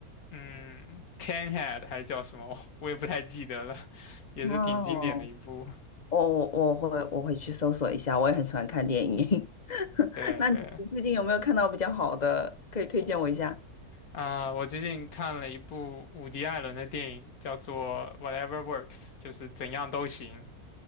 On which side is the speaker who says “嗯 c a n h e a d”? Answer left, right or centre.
Left